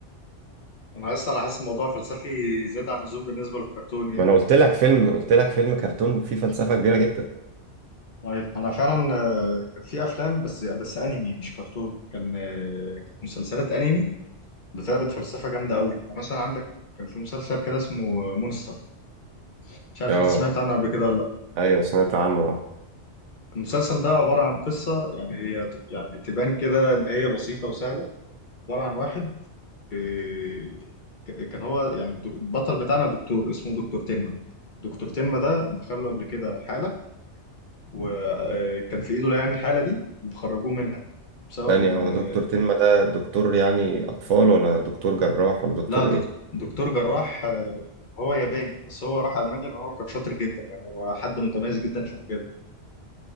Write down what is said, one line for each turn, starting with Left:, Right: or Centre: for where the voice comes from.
Left: انا اصلا انا حاسس الموضوع فلسفي زيادة عن اللزوم بالنسبة للكرتون يعني
Right: ما انا قلت لك فيلم قلت لك فيلم كرتون فيه فلسفة كبيرة جدا
Left: طيب انا فعلا آه، كان في افلام بس بس انمي مش كرتون كان آه، كانت مسلسلات انمي بتعرض فلسفة جامدة قوي يعني مثلا عندك كان في مسلسل كده اسمه مونستر مش عارف
Right: اه
Left: انت سمعت عنه قبل كده ولا لا
Right: ايوه سمعت عنه
Left: المسلسل ده عبارة عن قصة يعني هي يعني تبان كده ان هي بسيطة وسهلة عبارة عن واحد إيه، ك- كان هو يعني الدك- البطل بتاعنا دكتور اسمه دكتور تمة دكتور تمة ده دخل له قبل كده حالة وكان في ايده يعني الحالة دي وخرجوه منها بسبب
Right: ثانية
Left: ان
Right: هو دكتور تنما ده دكتور يعني اطفال ولا دكتور جراح ولا دكتور
Left: لا دك-
Right: ايه
Left: دكتور جراح آه، هو ياباني بس هو راح ألمانيا لأن هو كان شاطر جدا يعني هو حد متميز جدا في مجاله